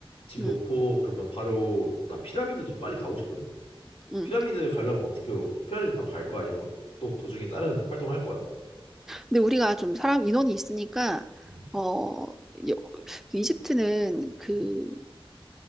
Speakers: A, on the left; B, in the centre.
A: 짐
B: 음,
A: 놓고 그러면 바로, 나 피라미드 좀 빨리 가고 싶거든?
B: 음.
A: 피라미드 가려면 어떻게, 피라미드 바로 갈 거야? 아니면 뭐 또 도중에 다른 활동 할 거야?
B: 근데 우리가 좀 사람 인원이 있으니까
A: 음,
B: 어 여- 그 이집트는 그
A: 음,